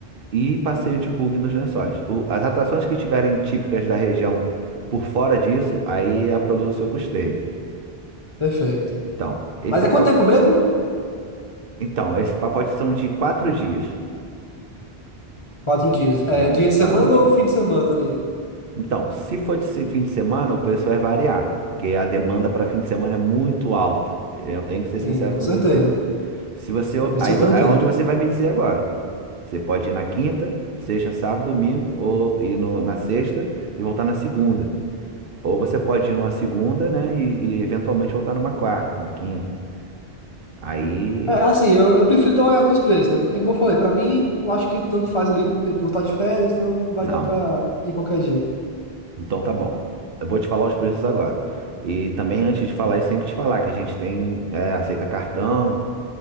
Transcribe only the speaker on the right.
e passeio de bug nos lençóis. O- as atrações que estiverem típicas da região por fora disso, aí é pelo seu custeio.
Então, esse
pa-
então, esse pacote são de quatro dias.
Isso,
quatro
dias.
Então, se for de se- fim de semana, o preço vai variar, porque a demanda para fim de semana é muito alta. Eu tenho que ser sincero
com
você. Se você, op-
aí
é onde você vai me dizer agora. Você pode ir na quinta, sexta, sábado, domingo, ou ir no- na sexta e voltar na segunda. Ou você pode ir numa segunda, né? E, e eventualmente voltar numa quarta, numa quinta. Aí,
não.
Então tá bom. Eu vou te falar os preços agora. E também, antes de falar isso, tenho que te falar que a gente tem, é, aceita cartão,